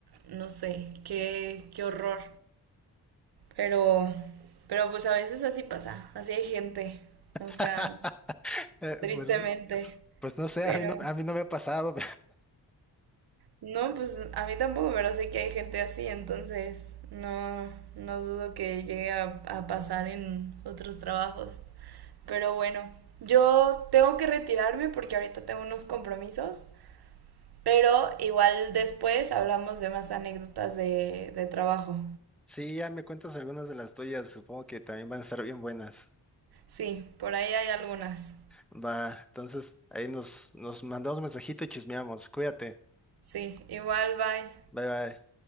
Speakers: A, on the right (about 60°); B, in the centre.
A: no sé, qué, qué horror. Pero, pero pues a veces así pasa, así hay gente. O
B: <laughs>
A: sea,
B: Eh,
A: tristemente.
B: pues, pues no sé,
A: Pero
B: a mí no, a mí no me ha pasado.
A: no, pues a mí tampoco, pero sé que hay gente así, entonces no, no dudo que llegue a, a pasar en otros trabajos. Pero bueno, yo tengo que retirarme porque ahorita tengo unos compromisos, pero igual después hablamos de más anécdotas de, de trabajo.
B: <laughs> Sí, ya me cuentas algunas de las tuyas, supongo que también van a estar bien buenas.
A: Sí, por ahí hay algunas.
B: Va, entonces ahí nos, nos mandamos mensajito y chismeamos. Cuídate.
A: Sí, igual, bye.
B: Bye bye.